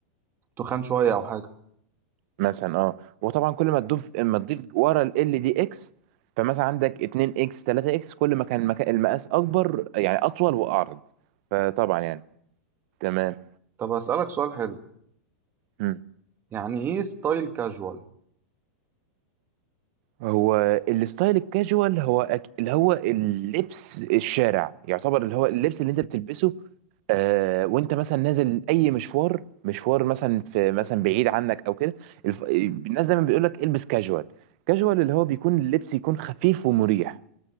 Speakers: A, on the right; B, on the right.
A: تخان شوية أو حاجة
B: مثلا اه وطبعا كل ما تضيف ما تضيف ورا ال ال دي اكس فمثلا عندك 2 اكس 3 اكس كل ما كان المكا- المقاس اكبر يعني اطول واعرض فطبعا يعني تمام
A: طب أسألك سؤال حلو
B: مم.
A: يعني إيه ستايل كاجوال؟
B: هو الستايل الكاجوال هو أك... اللي هو اللبس الشارع يعتبر اللي هو اللبس اللي انت بتلبسه آه، وانت مثلا نازل اي مشوار مشوار مثلا في مثلا بعيد عنك او كده الف... الناس دايما بيقول لك البس كاجوال كاجوال اللي هو بيكون اللبس يكون خفيف ومريح